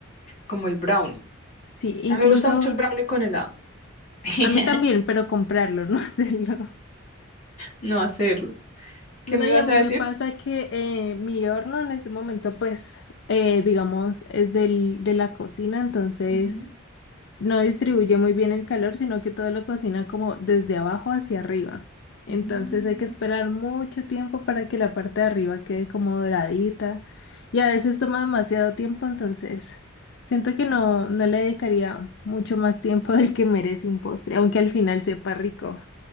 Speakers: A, on the left (about 35°); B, on the left (about 55°).
A: como el brownie.
B: sí,
A: A
B: incluso
A: mí me gusta mucho el brownie con helado. <laughs>
B: a mí también, pero comprarlo, <laughs> no hacerlo.
A: No hacerlo. ¿Qué
B: No,
A: me ibas
B: y a mí
A: a decir?
B: me pasa que eh, mi horno en este momento, pues, eh, digamos, es del, de la cocina, entonces...
A: Ujú,
B: no distribuye muy bien el calor, sino que todo lo cocina como desde abajo hacia arriba.
A: ujú,
B: Entonces hay que esperar mucho tiempo para que la parte de arriba quede como doradita y a veces toma demasiado tiempo, entonces siento que no, no le dedicaría mucho más tiempo <laughs> del que merece un postre, aunque al final sepa rico.